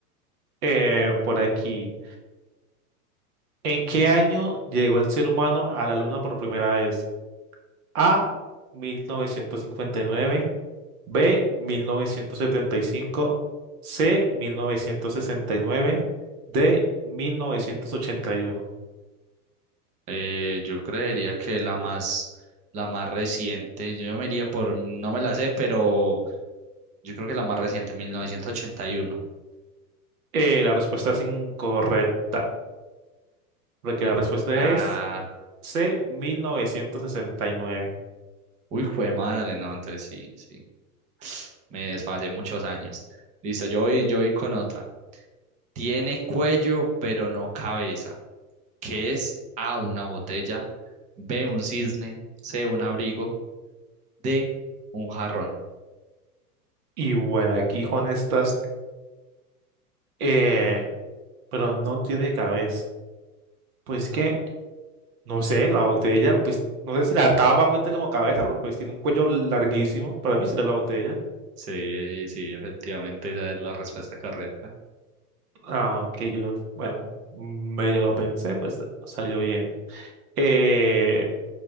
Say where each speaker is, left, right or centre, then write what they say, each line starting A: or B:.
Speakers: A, on the right; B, on the right.
A: Eh, por aquí. ¿En qué año llegó el ser humano a la Luna por primera vez? A, 1959, B, 1975, C, 1969, D, 1981.
B: Eh, yo creería que la más, la más reciente, yo me iría por, no me la sé, pero yo creo que la más reciente, mil novecientos ochenta y uno
A: Eh, la respuesta es incorrecta, porque la respuesta
B: Ah,
A: es C, 1969. Y nueve.
B: uy, fue madre, no, entonces sí, sí, me desfasé muchos años. Listo, yo voy, yo voy con otra. Tiene cuello, pero no cabeza. ¿Qué es? A, una botella, B, un cisne, C, un abrigo, D, un jarrón.
A: Y bueno, aquí con estas, eh, pero no tiene cabeza. Pues que No sé, la botella, pues, no sé si la tapa cuesta como cabeza, pero pues tiene un cuello larguísimo. Para mí será la botella.
B: Sí, sí, efectivamente, esa es la respuesta correcta.
A: Ah, que yo, bueno, medio lo pensé, pues salió bien. Eh,